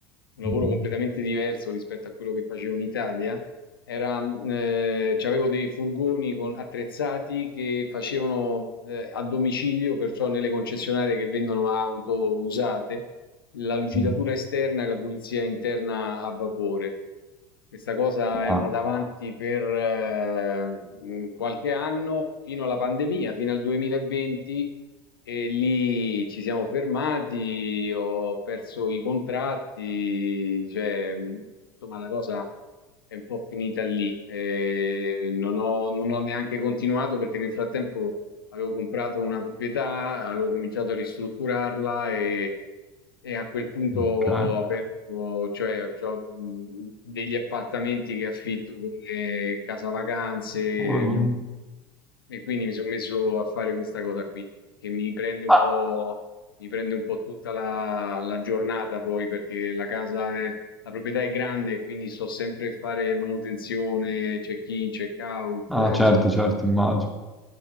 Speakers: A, on the left (about 85°); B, in the centre.
A: un lavoro
B: Mhm,
A: completamente diverso rispetto a quello che facevo in Italia. Era, eh, c'avevo dei furgoni con- attrezzati che facevano eh, a domicilio, perciò nelle concessionarie che vendono auto usate la lucidatura
B: mhm.
A: esterna e la pulizia interna a vapore. Questa cosa è andata
B: Ah,
A: avanti per eh, mh, qualche anno, fino alla pandemia, fino al 2020, e lì ci siamo fermati, ho perso i contratti, cioè, mh, insomma, la cosa è un po' finita lì. Eh, non ho, non ho neanche continuato perché nel frattempo Avevo comprato una proprietà, avevo cominciato a ristrutturarla e, e a quel punto ho
B: ok.
A: aperto, cioè ho mh, degli appartamenti che affitto come casa vacanze
B: Oh, non-
A: mh, e quindi mi sono messo a fare questa cosa qui, che mi prende un
B: Ah,
A: po', mi prende un po' tutta la, la giornata poi perché la casa è, la proprietà è grande e quindi sto sempre a fare manutenzione, check-in, check-out,
B: ah,
A: eh,
B: certo,
A: insomma.
B: certo, immagino.